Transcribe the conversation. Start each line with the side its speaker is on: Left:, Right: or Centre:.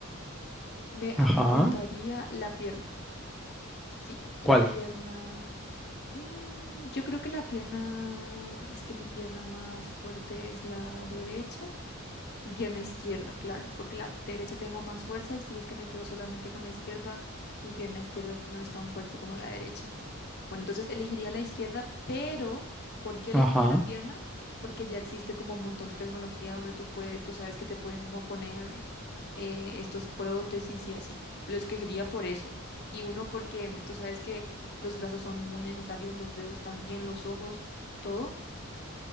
Left: me amputaría
Centre: Ajá,
Left: la pierna. Sí, la
Centre: ¿Cuál?
Left: pierna. mm, yo creo que la pierna, es que mi pierna más fuerte es la derecha. Mi pierna izquierda, claro, porque la derecha tengo más fuerza y si es que me quedo solamente con la izquierda, mi pierna izquierda no es tan fuerte como la derecha. Bueno, entonces elegiría la izquierda, pero ¿por qué elegiría
Centre: Ajá.
Left: la pierna? Porque ya existe como un montón de tecnología donde tú puedes, tú sabes que te pueden como poner eh, estos prótesis y así. Lo escogería por eso. Y uno porque tú sabes que los brazos son muy necesarios, los dedos también, los ojos, todo.